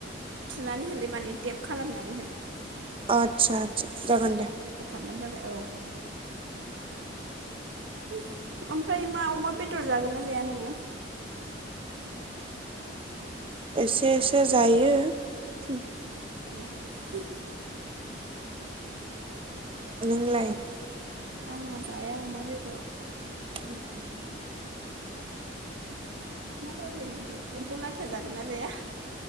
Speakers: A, on the right; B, on the right.
A: थुनानै होलै माने टेप खालामनानै हो।
B: आत्सा-आत्सा जागोन दे।
A: बानो जाबाय औ।
B: उम।
A: <unintelligible> ओमफ्राय मा अमा बेदर जागोन ना जाया नोङो?
B: एसे एसे जायो हुम।
A: ए। <unintelligible>
B: नोंलाय?
A: आंहा जाया अमा बेदर ओह।
B: <unintelligible>
A: मा रायज्लायनो दे, एम्फौ लाथा जागोन ना जाया?